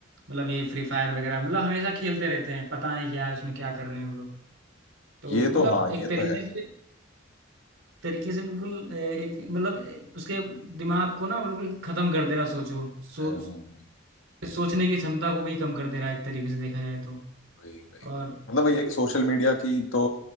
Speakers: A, on the right (about 80°); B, on the left (about 80°).
A: मतलब ये फ्री फायर वगैरह मतलब हमेशा खेलते रहते हैं पता नहीं क्या है उसमें क्या कर रहे हैं वो लोग तो
B: ये
A: मतलब
B: तो हाँ
A: एक
B: ये
A: तरीके
B: तो है
A: से तरीके से बिल्कुल अ, एक मतलब अ, उसके दिमाग को ना बिल्कुल खत्म कर दे रहा सोचो सो
B: हम्म हम्म, हम्म।
A: सोचने की क्षमता को भी कम कर दे रहा है एक तरीके से देखा जाए तो
B: वही वही
A: और
B: वही मतलब वही है कि सोशल मीडिया की तो